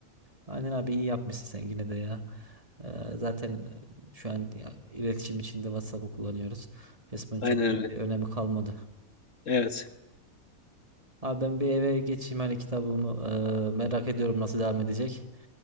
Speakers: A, on the right; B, on the left.
A: Aynen abi iyi yapmışsın sen yine de ya. Ee, zaten e, şu an ya, iletişim içinde WhatsApp'ı kullanıyoruz. Facebook'un
B: Aynen
A: çok bir
B: öyle.
A: önemi kalmadı.
B: Evet.
A: Abi ben bir eve geçeyim hani kitabımı e, merak ediyorum nasıl devam edecek.